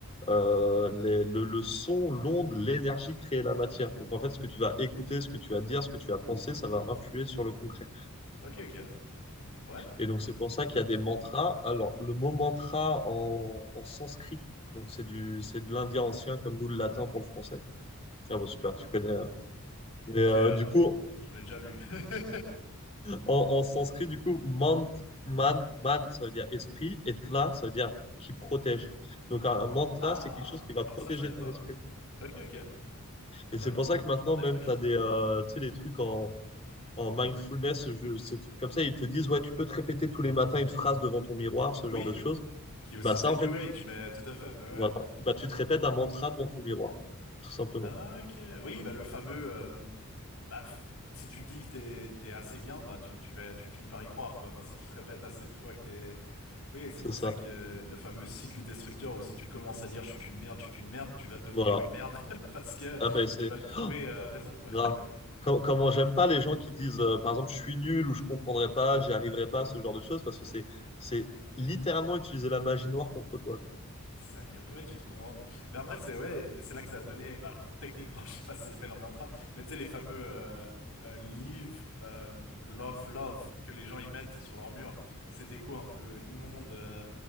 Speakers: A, on the left (about 30°); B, on the left (about 80°).
A: euh, les- le, le son, l'onde, l'énergie crée la matière. Donc en fait, ce que tu vas écouter, ce que tu vas dire, ce que tu vas penser, ça va influer sur le concret.
B: Ok, ok. Ouais,
A: Et donc c'est pour ça qu'il
B: je pense.
A: y a des mantras. Alors le mot mantra en, en sanskrit, donc c'est du, c'est de l'indien ancien comme nous le
B: Tout
A: latin
B: à fait.
A: pour le français. Ah bon super, tu connais. euh. Mais
B: Cher,
A: euh, du coup,
B: j'en ai déjà vu. <laughs>
A: en, en sanskrit, du coup, mant, man, man, ça veut dire esprit, et tla, ça veut dire qui protège. Donc un, un mantra,
B: Ah,
A: c'est quelque chose qui va
B: alors
A: protéger
B: ça, je savais
A: ton
B: pas.
A: esprit.
B: Ok, ok. Ah
A: Et
B: bah
A: c'est
B: attends,
A: pour ça que maintenant,
B: je prends des
A: même,
B: trucs.
A: tu as des, euh, tu sais, des trucs
B: Partage
A: en,
B: ton esprit.
A: en mindfulness, je, ces trucs comme ça, ils te disent, ouais, tu peux te répéter tous les matins une phrase devant ton miroir, ce
B: Oui,
A: genre de choses.
B: Qui est aussi
A: Bah ça,
B: très
A: en
B: New
A: fait,
B: Age,
A: tu,
B: mais tout à fait. Mais ouais.
A: voilà. Bah, tu te répètes un mantra devant ton miroir, tout simplement.
B: Ah, Ok. Oui, bah le fameux. euh, bah, f- si tu dis que t'es t'es assez bien, bah tu tu vas tu finis par y croire quoi. Enfin, si tu te répètes assez de fois que t'es. Oui, c'est
A: C'est
B: pour
A: ça.
B: ça que euh, le fameux cycle destructeur où si tu commences à dire je suis qu'une merde, je suis qu'une merde, tu vas devenir
A: Voilà.
B: une merde <laughs> parce que
A: Ah ben c'est
B: tu vas te prouver
A: Oh,
B: euh, raison quoi.
A: grave. Com- comment j'aime pas les gens qui disent, euh, par exemple, je suis nul ou je comprendrai pas, j'y arriverai pas, ce genre de choses, parce que c'est c'est littéralement utiliser la magie noire contre toi. quoi.
B: C'est vrai qu'après, ouais, tu te convaincs. de- Mais après, c'est ouais, mais c'est là que ça a donné. Bah, alors, techniquement, <laughs> je sais pas si ça s'appelle un mantra, mais tu sais, les fameux euh, euh, Leave euh, Love Love que les gens y mettent sur leur mur. Ces décos un peu immondes euh,